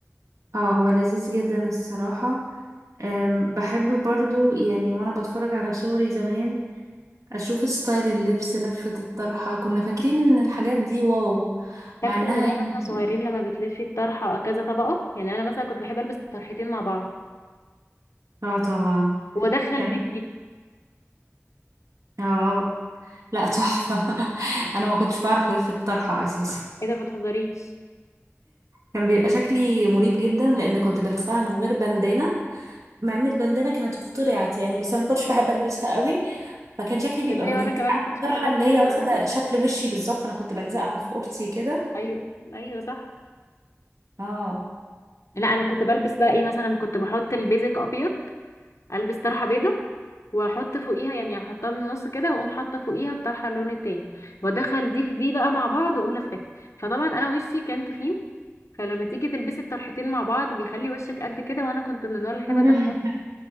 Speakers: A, on the right; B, on the left.
A: اه هو لذيذ جدا الصراحه أم، بحب برضو يعني وانا بتفرج على صوري زمان اشوف ستايل اللبس لفه الطرحه كنا فاكرين ان الحاجات دي واو
B: فاكرة
A: مع انها
B: زمان
A: يعني
B: واحنا صغيرين لما بتلفي الطرحة كذا طبقة يعني انا مثلا كنت بحب البس الطرحتين مع بعض
A: اه طبعا
B: وادخل
A: كان
B: دي في دي
A: اه لا تحفه <laughs> انا ما كنتش بعرف الف الطرحه اساسا
B: ايه ده بتهزريش
A: كان بيبقى شكلي مريب جدا لان كنت بلفها من غير بندانه مع ان البندانه كانت اخترعت يعني بس انا ما كنتش بحب البسها قوي فكان شكلي بيبقى
B: تصدقي
A: مريب
B: وانا كمان
A: عارفه
B: ما كنتش
A: الطرحه
B: بحب البس
A: اللي هي
B: البندانة
A: واخده شكل وشي بالظبط انا كنت بلزقها في قرصي كده
B: ايوه ايوه صح
A: اه
B: لا انا كنت بلبس بقى ايه مثلا كنت بحط البيزك ابيض البس طرحة بيضة واحط فوقيها يعني احطها من النص كده واقوم حاطه فوقيها الطرحه اللون التاني وادخل دي في دي بقى مع بعض واقوم لفاها فطبعا انا وشي كان تخين فلما تيجي تلبسي الطرحتين مع بعض بيخلي وشك قد كده وانا كنت من النوع اللي بحب
A: <laughs>
B: ادخل